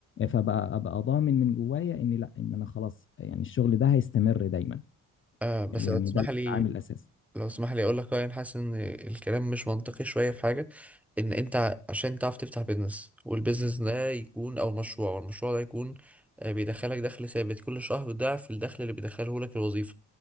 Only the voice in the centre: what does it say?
آه بس
لو تسمح
لي
لو تسمح لي اقول لك رأيي. انا حاسس ان الكلام مش منطقي شويه في حاجه ان انت ع- عشان تعرف تفتح بيزنس والبيزنس ده يكون او مشروع والمشروع ده يكون آه، بيدخلك دخل ثابت كل شهر ضعف الدخل اللي بيدخله لك الوظيفه